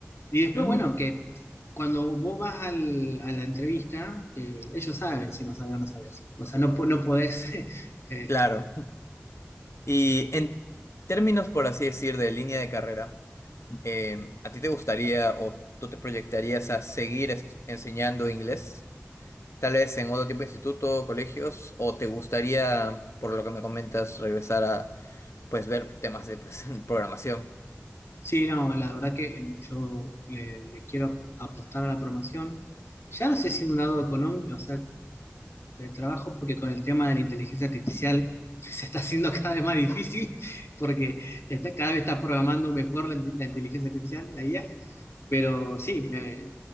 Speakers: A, on the left (about 65°); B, on the left (about 85°).
A: Y después,
B: Mm,
A: bueno, que cuando vos vas al- a la entrevista, eh, ellos saben si no sabes o no sabes. O sea, no, po- no podés <laughs> eh,
B: claro. Y en términos, por así decir, de línea de carrera, eh, ¿a ti te gustaría o tú te proyectarías a seguir est- enseñando inglés? Tal vez en otro tipo de instituto, colegios, o te gustaría, por lo que me comentas, regresar a pues ver temas de pues, <laughs> programación.
A: Sí, no, la verdad que eh, yo le, le quiero apostar a la promoción. Ya no sé si un lado económico, o sea, de trabajo, porque con el tema de la inteligencia artificial <laughs> se está haciendo cada vez más difícil, porque está, cada vez está programando mejor la, inte- la inteligencia artificial, la IA. Pero sí, me,